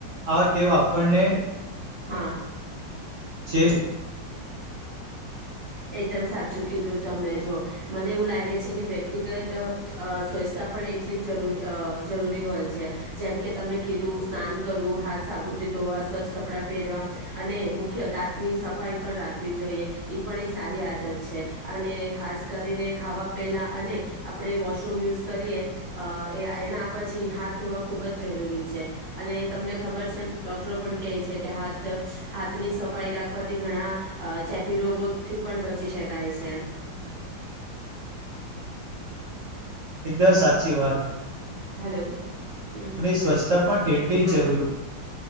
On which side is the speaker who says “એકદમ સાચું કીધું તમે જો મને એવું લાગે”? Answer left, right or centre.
Right